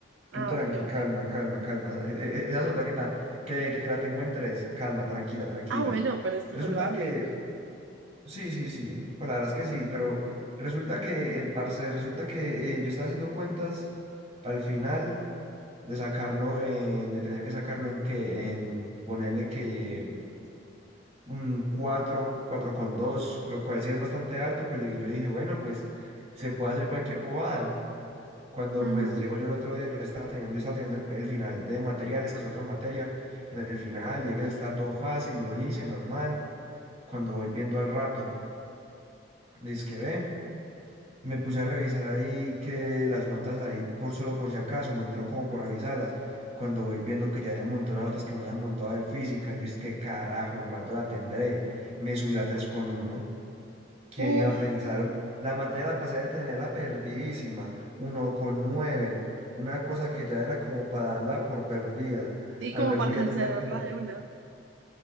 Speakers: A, on the right (about 35°); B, on the right (about 65°).
A: Tú
B: Ah,
A: tranqui,
B: ok,
A: calma,
B: ok.
A: calma, calma. Esa, e- e- esa es otra que, ta- que, que, que la tengo en tres. Calma, tranquila, tranquila.
B: Ah, bueno, pero está
A: Resulta
B: salvable.
A: que, sí, sí, sí, pues la verdad es que sí, pero resulta que el parce, resulta que eh, yo estaba haciendo cuentas para el final de sacarlo en, de tener que sacarlo en que, en ponerle que un cuatro, 4 con 2, lo cual sí es bastante alto, pero llegué, yo dije, bueno, pues se puede hacer cualquier bobada. Cuando
B: Ujú.
A: pues llego yo el otro día, yo estaba teniendo, yo estaba teniendo el, el final de materiales, que es otra materia. En el final llegué, estaba todo fácil, lo hice normal. Cuando voy viendo al rato, dice que ve, me puse a revisar ahí que las notas ahí, por solo por si acaso, me entró como por revisarlas. Cuando voy viendo que ya habían montado las notas que no habían montado de física, yo es que carajo, ¿en cuánto la tendré? Me subió a tres coma uno. ¿Quién
B: Uf,
A: iba a pensar? La materia la pasé de tenerla perdidísima, uno con nueve, una cosa que ya era como para darla por perdida,
B: y
A: a
B: como
A: luego
B: para
A: ya
B: cancelarla
A: tener como...
B: de una.